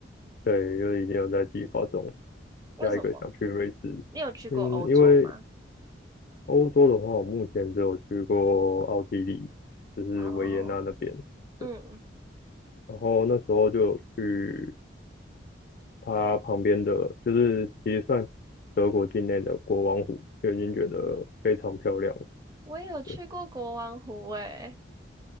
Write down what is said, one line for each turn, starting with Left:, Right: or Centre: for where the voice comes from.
Left: 对，因为已经有在计划中，
Right: 为什么？
Left: 下一个想去瑞士。
Right: 你有去过欧洲吗？
Left: 嗯，因为欧洲的话，我目前只有去过奥地利，就是维也纳那边。
Right: 哦，嗯，
Left: 对，然后那时候就有去它旁边的，就是其实算德国境内的国王湖，就已经觉得非常漂亮了
Right: 我也有去过国王湖，
Left: 对，
Right: 诶。